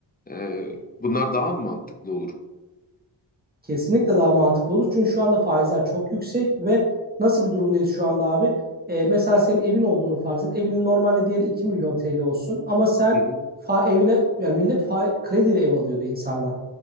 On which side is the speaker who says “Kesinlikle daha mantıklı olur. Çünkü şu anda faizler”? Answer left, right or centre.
Right